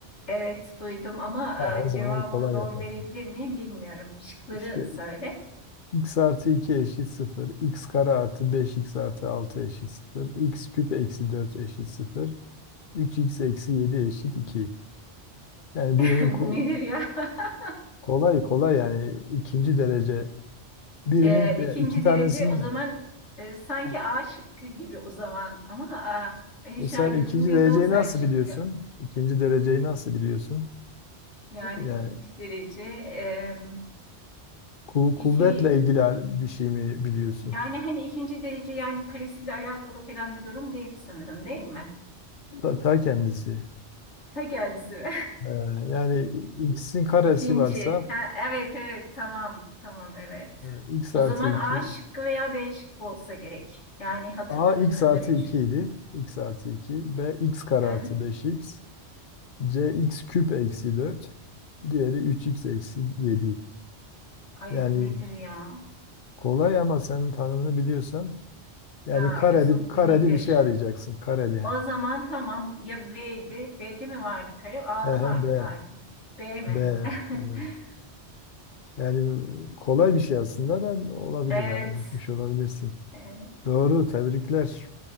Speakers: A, on the left; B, on the left.
A: Evet duydum ama
B: Ha,
A: e,
B: o
A: cevabı
B: zaman kolay
A: doğru
B: yaparsın.
A: verebilir miyim bilmiyorum. Şıkları
B: İşte
A: söyle.
B: x artı 2 eşit 0, x kare artı 5x artı 6 eşit 0, x küp eksi 4 eşit 0, 3x eksi 7 eşit 2. Yani
A: <laughs>
B: birinin ku-
A: Bu nedir ya? <laughs>
B: kolay kolay yani ikinci derece. Birinin
A: E,
B: e,
A: ikinci
B: iki tanesinin
A: derece o zaman e, sanki
B: Heh,
A: A şıkkı gibi o zaman ama A, e, şu
B: sen
A: an
B: ikinci
A: gözümün önünde
B: dereceyi
A: olsaydı
B: nasıl
A: şıklı.
B: biliyorsun? İkinci dereceyi nasıl biliyorsun?
A: Yani
B: Yani
A: ikinci derece e,
B: Ku- kuvvetle
A: iki
B: ilgili bir şey mi biliyorsun?
A: yani hani ikinci derece yani karesiyle alakalı falan bir durum değil sanırım değil mi?
B: Ta, ta kendisi.
A: Ta kendisi. <laughs>
B: Ee, yani x'in karesi
A: İkinci.
B: varsa
A: Ha, evet evet tamam tamam evet.
B: e, x
A: O
B: artı
A: zaman
B: 2
A: A şıkkı veya B şıkkı olsa gerek. Yani hatırladığım
B: a x
A: kadarıyla.
B: artı 2
A: şu-
B: idi. x artı 2 b x kare
A: He?
B: artı 5x c x küp eksi 4 diğeri 3x eksi 7.
A: Ay
B: Yani
A: bu nedir ya?
B: kolay ama senin tanımını biliyorsan yani
A: Ya
B: kareli,
A: Yusuf
B: kareli
A: bu nedir?
B: bir şey arayacaksın. Kareli.
A: O zaman tamam ya B'ydi. B'de mi vardı kare? A'da
B: Ehe,
A: vardı
B: b
A: galiba. B mi?
B: b e,
A: <laughs>
B: Yani kolay bir şey aslında da olabilir
A: Evet.
B: hani unutmuş olabilirsin.
A: Evet.
B: Doğru, tebrikler.